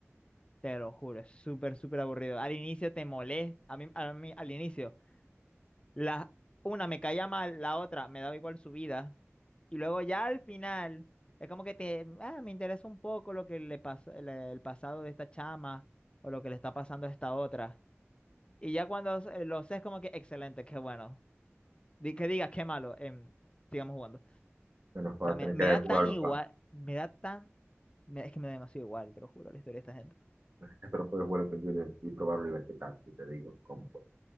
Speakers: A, on the left (about 25°); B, on the right (about 40°).
A: Te lo juro, es súper, súper aburrido. Al inicio te molesta, a mí, a mí al inicio. La, una me caía mal, la otra me daba igual su vida. Y luego ya al final, es como que te, ah, me interesa un poco lo que le pasó, el, el pasado de esta chama o lo que le está pasando a esta otra. Y ya cuando eh, lo sé, es como que excelente, qué bueno. Di- que digas, qué malo, em, sigamos jugando. O
B: Bueno, voy
A: sea,
B: a tener
A: me, me
B: que
A: da
B: jugarlo,
A: tan igual,
B: para
A: me da tan, me- es que me da demasiado igual, te lo juro, la historia de esta gente.
B: Espero poder jugarlo con Junior y probarlo y ver qué tal. Y te digo cómo fue.